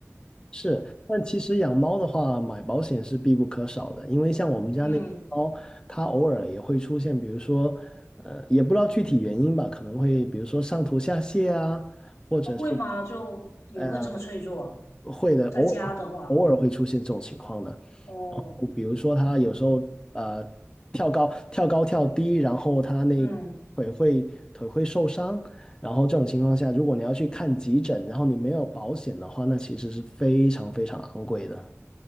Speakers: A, on the left (about 15°); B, on the left (about 85°).
A: 是，但其实养猫的话，买保险是必不可少的，因为像我们家那只猫，
B: <laughs> 嗯，
A: 它偶尔也会出现，比如说，呃，也不知道具体原因吧，可能会比如说上吐下泻啊，或者是
B: 哦会吗？就也会这么脆弱啊
A: 呃，会的，
B: 在家的话，
A: 偶尔偶尔会出现这种情况的。
B: 哦，
A: 比如说，它有时候呃跳高跳高跳低，然后它那腿会腿会受伤，
B: 嗯。
A: 然后这种情况下，如果你要去看急诊，然后你没有保险的话，那其实是非常非常昂贵的。